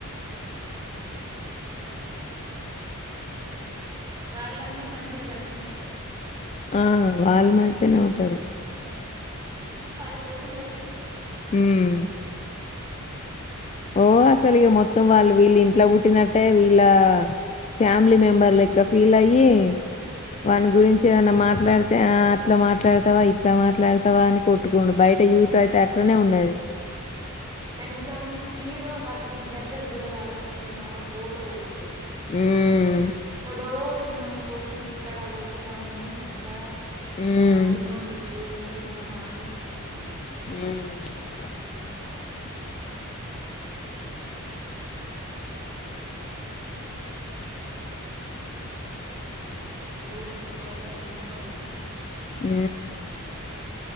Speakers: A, on the right (about 15°); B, on the left (about 30°).
A: వాళ్ళందరూ మంచిగా కలిసి ఉంటారు
B: ఆ వాళ్ళు మంచిగానే ఉంటారు
A: వీళ్ళు వాళ్ళ కోసం కొట్టుకుంటారు
B: హుమ్మ్ ఓ అసలు ఇక మొత్తం వాళ్ళు వీళ్ళింట్ల పుట్టినట్టే వీళ్ళ ఫ్యామిలీ మెంబర్లు లెక్క ఫీల్ అయ్యి వాని గురించి ఏమన్నా మాట్లాడితే ఆ అట్లా మాట్లాడతావా ఇట్లా మాట్లాడతావా అని కొట్టుకొనుడు బయట యూత్ అయితే అట్లనే ఉన్నది
A: అవును కనీసం హీరో వా వీళ్ళ దగ్గర గుడరాడు ఒక కనీసం ఒక ఫోటో గూడ ఇయ్యడు
B: ఉమ్
A: ఎక్కడో ఉన్నోని కోసం ఇక్కడ కొట్టుకోని అంత నీస్
B: ఉమ్
A: నా సినిమా హి టూ నీ సినిమా హా హిట్టు అని
B: ఉమ్
A: పంటారు ఎన్నో సినిమాలు రోజుకు కొందరు సినిమాలు దీత్తారు
B: ఊ